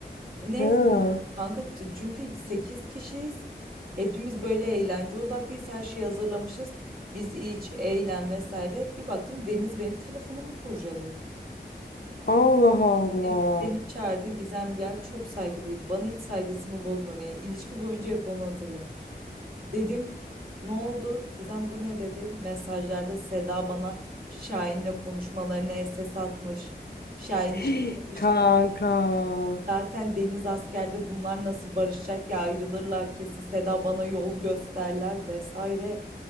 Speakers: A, on the right; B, on the left.
A: Neyse
B: ha.
A: kanka t- çünkü 8 kişiyiz. Hepimiz böyle eğlence odaklıyız. Her şeyi hazırlamışız. Biz iç, eğlen vesaire. Bir baktım Deniz benim telefonumu kurcalıyor.
B: Allah Allah.
A: Beni, beni çağırdı Gizem gel çok saygılıydı bana hiç saygısını bozma yani ilişki boyunca hep onu hatırlarım. Dedim ne oldu Gizem bu ne dedi mesajlarda Seda bana Şahin'le konuşmalarını SS atmış. Şahin
B: <gasps>
A: işte demiş
B: Kanka.
A: Zaten Deniz askerde bunlar nasıl barışacak ya ayrılırlar kesin Seda bana yol gösterler vesaire.